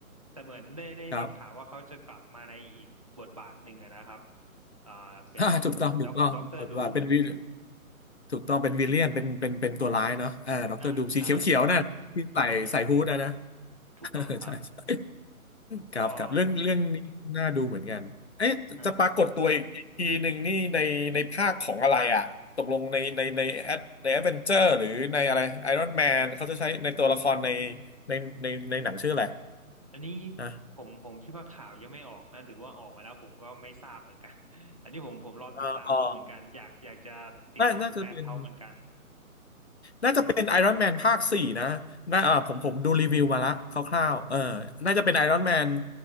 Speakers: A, on the right; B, on the left.
A: แต่เหมือนได้ได้ได้ข่าวว่าเขาจะกลับมาในอีกบทบาทหนึ่งอะนะครับ
B: ครับ
A: อ่าเป็น
B: <laughs> อ่าถูกต้องถูกต้องบทบาทเป็นวิล
A: ด็อกด็อกเตอร์ดูม
B: ถูกต้องเป็นวิลเลียนเป็นเป็นเป็นตัวร้ายเนาะอ่าด็อกเตอร์ดูมสีเขียวๆนั่นที่ใส่ใส่ฮูดอะนะ
A: อ่าใช่ใช่
B: <laughs>
A: ถูกต้องครับ
B: เออใช่ใช่ครับครับเรื่องเรื่องนี้น่าดูเหมือนกันเอ๊ะจะปรากฏตัวอีกทีหนึ่งนี่ในในภาคของอะไรอ่ะตกลงในในในแอดในแอดเวนเจอร์หรือในอะไรไอรอนแมนเขาจะใช้ในตัวละครใน
A: ก็ฮะ
B: ในในในหนังชื่ออะไร
A: อันนี้
B: นะ
A: ผมผมคิดว่าข่าวยังไม่ออกนะหรือว่าออกมาแล้วผมก็ไม่ทราบเหมือนกัน <laughs> อันนี้ผมผมรอติดตามดูเหมือนกันอยากอยากจะติดตามผลงานเขาเหมือนกัน
B: เอ่อเออน่าน่าจะเป็น น่าจะเป็นไอรอนแมนภาคสี่นะน่าเออผมผมดูรีวิวมาละคร่าวๆเออน่าจะเป็นไอรอนแมน
A: อ๋อ